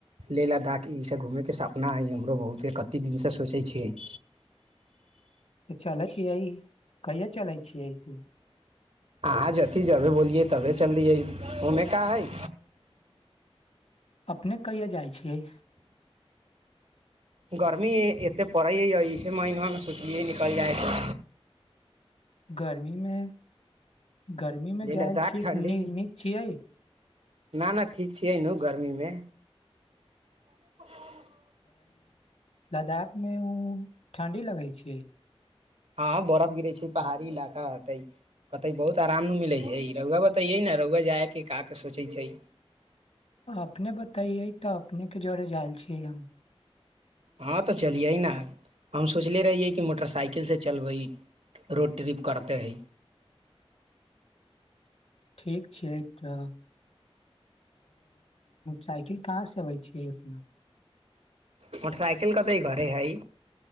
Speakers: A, on the right; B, on the left.
A: लेह लद्दाख ईसभ घूमयके सपना हइ हमरो बहुते कतेक दिनसँ सोचै छियै
B: तऽ चल छ आइ कहिा चलाै छीिय आइ तू
A: अहाँ जथ जबे बोलियै तबे चललियै ओमे का हइ
B: अपने कहिय जाइ छियै
A: गर्मी एतेक पड़ै इसे महनामे सोचलियै निकल जाइ छै
B: गर्मीमे गर्मीमे
A: लेह
B: जायल
A: लद्दाख
B: छीिय
A: ठंडी
B: नीक छियै
A: न ना ठीक छियै ने गर्मीमे <unintelligible>
B: लद्दाख मे उ ठणडी लगै छै
A: हँ बरफ गिरै छै पहाड़ी इलाका हतै कहतै बहुत आराम नहि मिलै छै रौआ बतैयै ने रौआ जायके क कऽ सोचै छै
B: अपने बतैयै तऽ अपनेके जरे जायल छियै हम
A: हँ तऽ चलियै ने हम सोचले रहियै कि मोटरसाइकिलसँ चलबै रोड ट्रिप करते है
B: ठीक छैिय तऽ साइकिल कहाँ से अबै छै अपना
A: मोटरसाइकिल कतऽ घरे हइ